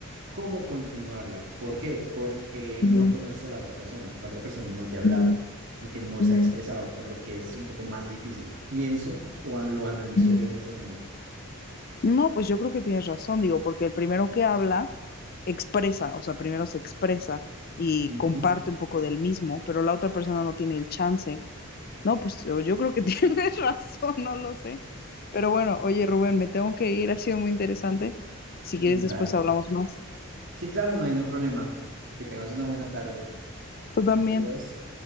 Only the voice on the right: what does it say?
cómo continuarla. ¿Por qué? Porque
no conoces a la otra persona, la otra persona no te ha hablado,
como que no
se ha expresado, por lo que es un poco más difícil. Pienso o a- lo analizo
yo en este momento.
Ujú,
mm,
Dale.
Sí, claro, no hay ningún problema. Que tengas una buena tarde.
Adiós.